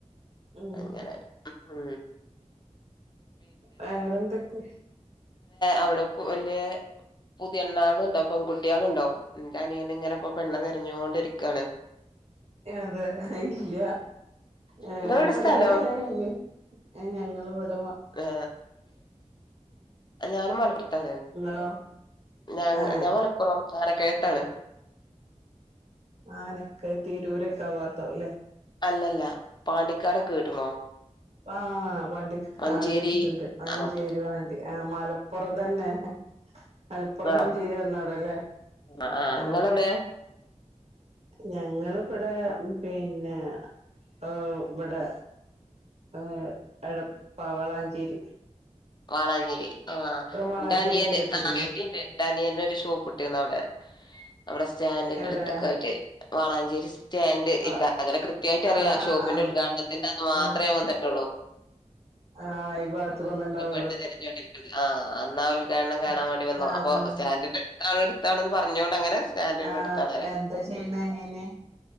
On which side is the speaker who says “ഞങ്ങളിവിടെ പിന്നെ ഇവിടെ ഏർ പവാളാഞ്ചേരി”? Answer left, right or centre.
Right